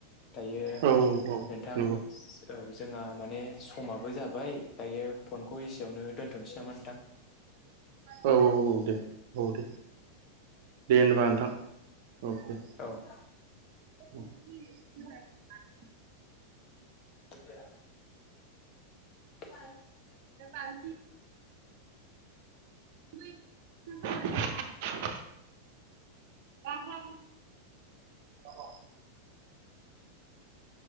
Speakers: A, on the left; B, on the right.
A: दायो
B: औ औ
A: नोंथां
B: नंगौ
A: सो औ जोंहा माने समाबो जाबाय दायो फनखौ एसेयावनो दोनथ'नोसै नामा नोंथां?
B: औ औ औ दे। औ दे। दे होनबा नोंथां औ दे।
A: औ
B: <unintelligible>
A: जाया <unintelligible>
B: <inaudible> <unintelligible> <inaudible>